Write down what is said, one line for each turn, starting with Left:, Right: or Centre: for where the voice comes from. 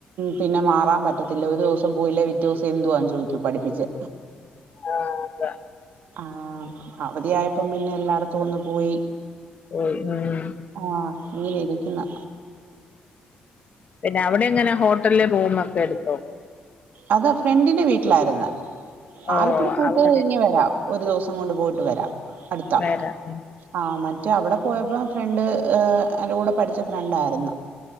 Right: പിന്നെ മാറാൻ പറ്റത്തില്ല ഒരു ദിവസം പോയില്ല വ്യത്യാസം എന്തുവാന്ന് ചോദിക്ക പഠിപ്പിച്ച്
Left: ആഹ് അതാ
Right: ആഹ് അവധിയായപ്പം പിന്നെ എല്ലായിടത്തും ഒന്ന് പോയി
Left: <unintelligible>
Right: ആഹ് ഇങ്ങനെ ഇരിക്കുന്നു
Left: പിന്നെ അവിടെ എങ്ങനെ ഹോട്ടലില് റൂമ ഒക്കെ എടുത്തോ
Right: അത് ഫ്രണ്ടിന്റെ വീട്ടിലായിരുന്നു
Left: ഓ
Right: ആലപ്പുഴ പോയിട്ട്
Left: അവിടെ വേ-
Right: ഇങ്ങെ വരാം ഒരു ദിവസം കൊണ്ട് പോയിട്ട് വരാം അടുത്താ
Left: വേറെ ഉം
Right: ആഹ് മറ്റ അവിടെ പോയപ്പോ ഫ്രണ്ട് അന്റെ കൂടെ പഠിച്ച ഫ്രണ്ടായിരുന്നു